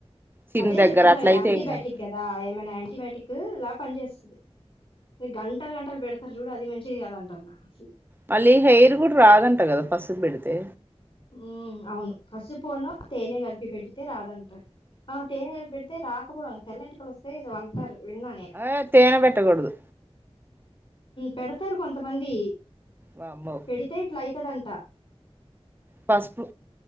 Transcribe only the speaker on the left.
అదే
చెప్తున్నా
కదా
యాంటీబయాటిక్
గదా ఏమైనా యాంటీబయాటిక్ ఇలా పని చేస్త అ గంటలు గంటలు పెడతారు చూడు అది మంచిది కాద అంటాన్న అసలు
హ్మ్ అవును పసుపును తేనె కలిపి పెడితే రాదంటారు ఆ తేనె కలిపి పెడితే రాకపోవడం తెల్ల ఎంటికలు వస్తేయి అని ఏదో అంటారు విన్నా నేను
అది
పెడతారు కొంతమంది
పెడితే ఇట్లా అయితాదంట